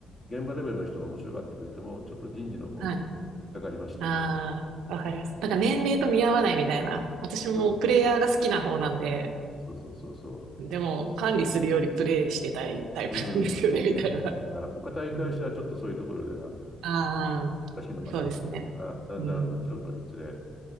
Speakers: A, on the left (about 35°); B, on the right (about 80°).
A: 現場レベルの人が面白がってくれても、ちょっと人事の方で引っかかりまして、
B: あ、はい。ああ、わかります。なんか年齢と見合わないみたいな。私もプレイヤーが好きな方なんで、
A: そうですそうそうそうそ
B: でも管理するよりプレイしてたいタイプなんですよね、
A: う。うん、そうね。
B: みたいな。
A: だからお堅い会社はちょっとそういうところでは
B: うん。ああ、
A: 難しいのかな。
B: そうですね。
A: あだんだん年を取るにつれ、
B: うん。